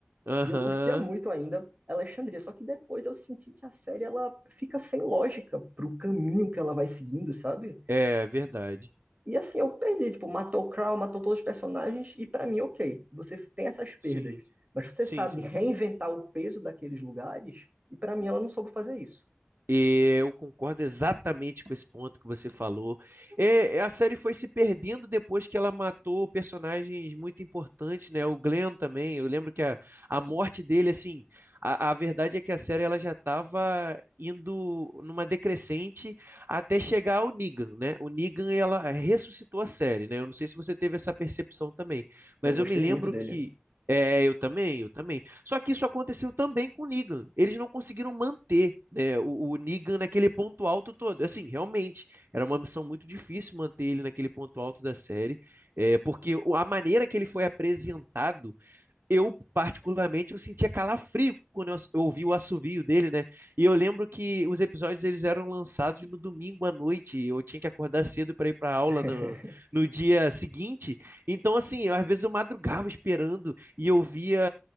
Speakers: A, on the right; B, on the right.
A: Aham.
B: E eu curtia muito ainda Alexandria, só que depois eu senti que a série ela fica sem lógica pro caminho que ela vai seguindo, sabe?
A: É verdade.
B: E assim, eu perdi, tipo, matou o Crow, matou todos os personagens, e pra mim, ok, você tem essas perdas,
A: Sim,
B: mas você
A: sim,
B: sabe
A: sim.
B: reinventar o peso daqueles lugares, e pra mim ela não soube fazer isso.
A: E eu concordo exatamente com esse ponto que você falou. É, é, a série foi se perdendo depois que ela matou personagens muito importantes, né? O Glenn também. Eu lembro que a, a morte dele, assim, a, a verdade é que a série ela já estava indo numa decrescente até chegar ao Negan, né? O Negan ela ressuscitou a série, né? Eu não sei se você teve essa percepção também, mas
B: Eu gostei
A: eu me lembro
B: muito dele.
A: que é, eu também, eu também. Só que isso aconteceu também com o Negan. Eles não conseguiram manter, né, o, o Negan naquele ponto alto todo. Assim, realmente, era uma missão muito difícil manter ele naquele ponto alto da série, é, porque o- a maneira que ele foi apresentado eu, particularmente, eu sentia calafrio quando eu ass- eu ouvi o assovio dele, né? E eu lembro que os episódios eles eram lançados no domingo à noite. Eu tinha que acordar cedo para ir para aula
B: <laughs>
A: no, no dia seguinte. Então, assim, eu, às vezes eu madrugava esperando e eu via.